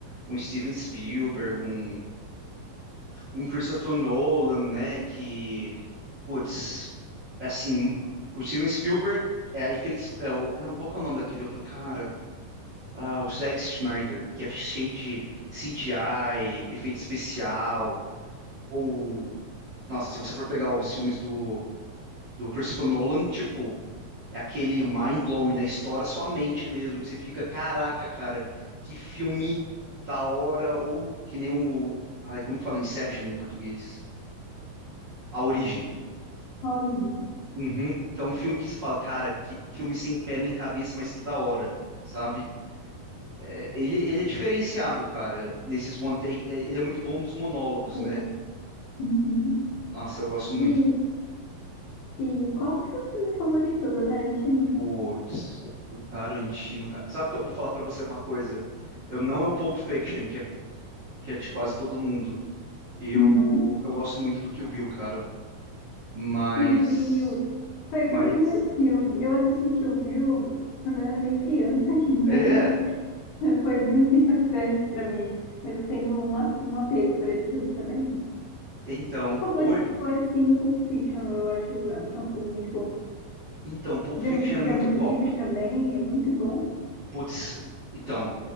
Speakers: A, on the right; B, on the left.
A: um Steven Spielberg, um um Christopher Nolan, né? Que, putz, assim, o Steven Spielberg é, efeitos, é o, não, qual que é o nome daquele outro cara? Ah, o Zack Snyder, que é cheio de CGI, efeito especial, ou, nossa, se você for pegar os filmes do, do Christopher Nolan, tipo, é aquele mind-blowing, né? Estoura sua mente mesmo, que você fica, caraca, cara, que filme da hora, ou que nem o, ai, como que fala Inception em português? A Origem.
B: Olha,
A: Uhum, que é um filme que se fala, cara, que filme sem pé nem cabeça, mas que da hora, sabe? É, ele, ele é diferenciado, cara, nesses one take. é, Ele é muito bom nos monólogos,
B: ele-
A: né?
B: Uhum.
A: Nossa, eu gosto muito.
B: E, e qual o seu filme favorito do Tarantino?
A: Putz, o Tarantino, cara. Sabe que eu vou falar pra você uma coisa? Eu não é o Pulp Fiction, que é, que é de quase todo mundo. Eu,
B: Uhum.
A: eu gosto muito do Kill Bill, cara. Mas.
B: Kill Bill. Foi
A: Mas.
B: o meu primeiro filme. Eu assisti Kill Bill quando eu era meio criança ainda.
A: É,
B: <laughs> Foi muito impactante para mim, mas eu tenho um, a- um apego por esse filme também.
A: então.
B: favorito
A: Ou é,
B: é sim o Pulp Fiction, eu acho é, que é um filme muito bom.
A: então, Pulp
B: Djan-
A: Fiction é muito
B: Django
A: pop.
B: Livre também é muito bom,
A: Putz, então.